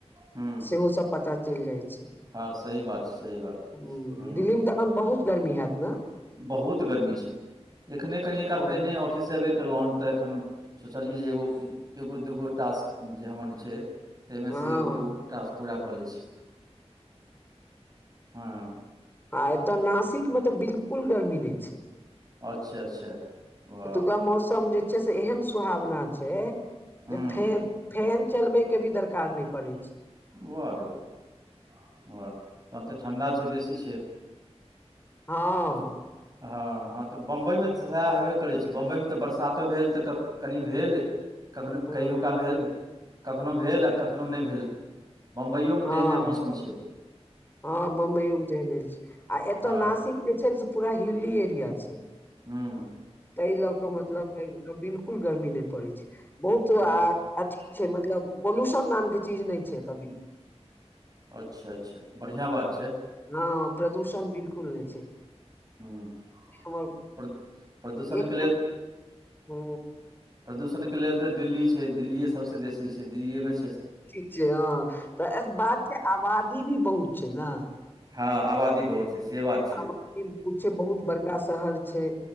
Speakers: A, on the right; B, on the left.
A: हँ
B: सेहो सभ पता चलि जाइ छैय।
A: हँ सही बात छै सही बात
B: ह
A: हँ
B: दिल्ली मे तऽ अखन बहुत गर्मी हैत न?
A: बहुत गर्मी छैय। एखन कनि काल
B: हँ
A: पहिने ऑफिससँ आबै कएलहुँ हँ तऽ एखन सोचलियै जे एगो। एगो दुगो टास्क जे हमर छैय। ताहिमे
B: हँ
A: से एगो दूगो टास्क पूरा कऽ लैय छी। हँ
B: आ एतय नासिक में तऽ बिल्कुल गर्मी नैय छैय।
A: अच्छा अच्छा वाह
B: एतुका मौसम जे छै। से एहन सुहावना छैय
A: हूँ
B: जे फैन फैन चलबैके भी दरकार नहि पड़ै छैय
A: वाह रे वाह वाह तहन तऽ ठण्डा छै बेसी छै
B: हँ
A: तऽ हँ हँ तऽ बम्बइमे तऽ सेहे हेबे करैत छै बम्बइमे तऽ बरसातो भेल तऽ क कनि भेल कखनो
B: ह
A: कहियो काल भेल कखनो भेल आ कखनो नय भेल बम्बइयोमे
B: हँ
A: तेहने मौसम छै
B: हँ बम्बइयो मे तेहने छै आ एतय
A: हँ
B: नासिक जे छै ने से पूरा हिल्ली एरिया छै
A: हूं
B: ताहि लऽ कऽ मतलब बिल्कुल गर्मी नै पड़ैत छै बहुतो
A: हँ
B: आ अथी छै मतलब पोल्यूशन नाम के चीज नहि छै कभी
A: अच्छा अच्छा बढ़िआँ बात छै
B: हँ प्रदूषण बिल्कुल नहि छै
A: हूँ
B: हमर
A: प्र प्रदूषणके
B: एक
A: लेल
B: ह
A: प्रदूषणके लेल तऽ दिल्ली छै दिल्लिए सभसँ बेसी छै दिल्लिएमे छै से
B: से ह त एक बात के आबादी भी बहुत छै न
A: हँ आबादी बहुत छै से बात छै
B: आब उ छैय बहुत बड़का शहर छैय